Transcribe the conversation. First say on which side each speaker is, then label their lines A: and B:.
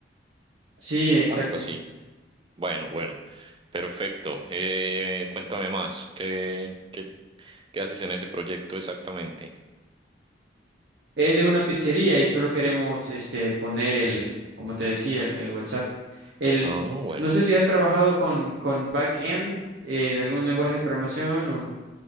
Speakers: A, on the right (about 70°); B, on the right (about 25°).
A: Sí, exacto.
B: algo así. Bueno, bueno. Perfecto. Eh, cuéntame más. ¿Qué, qué, qué haces en ese proyecto exactamente?
A: Es de una pizzería y solo queremos este poner el, como te decía, el, el WhatsApp. El,
B: Ah, bueno.
A: no sé si has trabajado con, con backend eh, de algún lenguaje de programación o.